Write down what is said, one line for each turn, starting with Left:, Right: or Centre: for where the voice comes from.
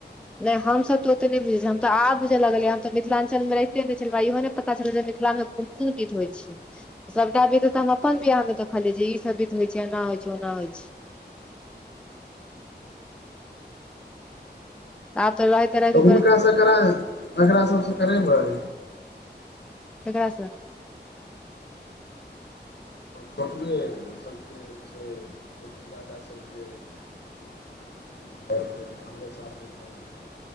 Centre: नहि हमसभ तऽ ओते नहि बुझैत छिये, हम तऽ आब बुझऽ लगलियै, हम तऽ मिथिला्चलमे रहिते नहि छेलीयै, हमय इहो नहि पता छलै, जे मिथिलामे कोन कोन बिध होइ छै। सभटा बिध तऽ हम अपन बियाहमे देखलियिय, जे ई सब विध होइत छै, एना होइ छै ओना होइ छै। आब त रहैत रहैत
Left: तऽ हुनकासँ
Centre: बस
Left: करा, एकरा सबसँ करेबैय?
Centre: केकरा सँ?
Left: छोटए सन। क <unintelligible> ओ सा <unintelligible>